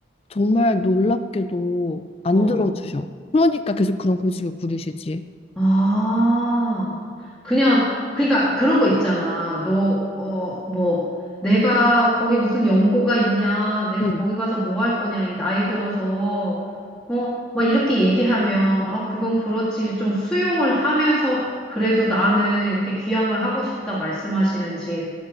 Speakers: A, on the left (about 30°); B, in the centre.
A: 정말 놀랍게도 안
B: 어.
A: 들어주셔. 그러니까 계속 그런 고집을 부리시지.
B: 아, 그냥, 그러니까 그런 거 있잖아. 너, 어, 뭐, 내가 거기 무슨 연고가 있냐, 내가
A: 응.
B: 거기 가서 뭐 할 거냐, 이 나이 들어서, 어, 막 이렇게 얘기하면, 아, 그건 그렇지. 좀 수용을 하면서, 그래도 나는 이렇게 귀향을 하고 싶다 말씀하시는지,